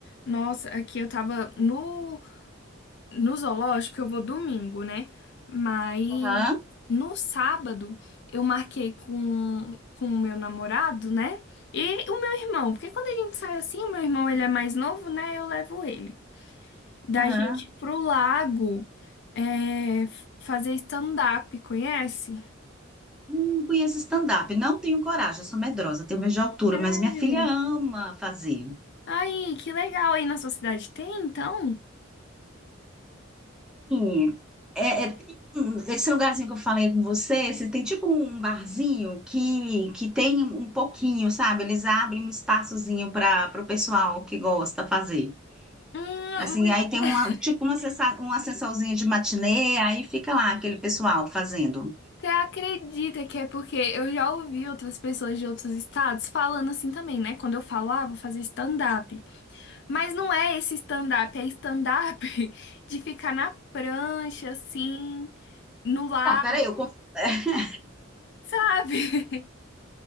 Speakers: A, on the left (about 60°); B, in the centre.
A: Nossa, aqui eu tava no, no zoológico, eu vou domingo, né? Mas
B: Aham,
A: no sábado eu marquei com com o meu namorado, né? E o meu irmão, porque quando a gente sai assim, o meu irmão ele é mais novo, né? Eu levo ele. Da
B: aham.
A: gente ir pro lago é, f- fazer stand-up, conhece?
B: Hum, Não conheço stand-up, não tenho coragem, sou medrosa, tenho medo de altura,
A: Sério?
B: mas minha filha ama fazer.
A: Ai, que legal aí na sua cidade tem, então?
B: sim é, é- hum, esse lugarzinho que eu falei com você, você tem tipo um barzinho que, que tem um pouquinho, sabe? Eles abrem um espaçozinho para o pessoal que gosta fazer.
A: Hum,
B: Assim,
A: mulher,
B: e aí tem uma, um tipo uma, sessa- uma sessãozinha de matinê, aí fica lá aquele pessoal fazendo.
A: você acredita que é porque eu já ouvi outras pessoas de outros estados falando assim também, né? Quando eu falava, vou fazer stand-up. Mas não é esse stand-up, é stand-up <laughs> de ficar na prancha, assim, no lago,
B: Ah, peraí, eu, con- <laughs>
A: sabe?